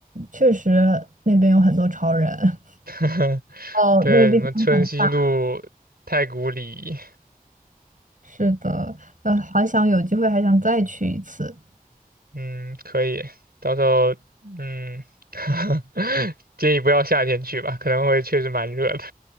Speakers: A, on the right; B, on the right.
A: 确实，那边有很多潮人。<laughs>
B: <laughs>
A: 哦，
B: 对，
A: 那个地方很大。
B: 什么春熙路、太古里。
A: 是的，呃，好想有机会还想再去一次。
B: 嗯，可以，到时候嗯，<laughs> 建议不要夏天去吧，可能会确实蛮热的。